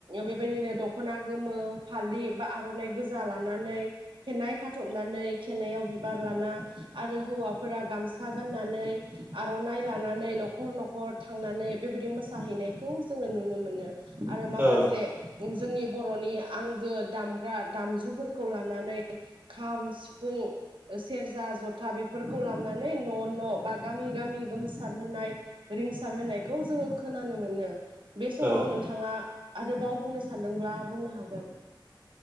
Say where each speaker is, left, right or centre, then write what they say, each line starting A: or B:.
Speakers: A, on the right; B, on the right.
A: बेबायदिनो दख'ना गोमो फालि बा आर'नाइ गोज जा लानानै खेनाय खाथबनानै खेनायाव बि बिबार लाना आरो हौवा फोरा गामसा गाननानै आर'नाइ लानानै न'खर न'खर थांनानै बेबायदि मोसाहैनायफोर खौ जोङो नुनो मोनो आरो
B: औ
A: माखासे
B: औ
A: जोंनि बर'नि आंगो दामग्रा दामजुफोर खौ लानानै खाम, सिफुं, सेरजा, ज' था बेफोरखौ लानानै न' न' बा गामि गामि गोमसार होनाय रिंसार होनायखौ जोङो खोनानो मोनो। बे समाव
B: औ
A: नोंथाङा आरोबाव बुंनो सान्दोंब्ला बुंनो हाग गोन।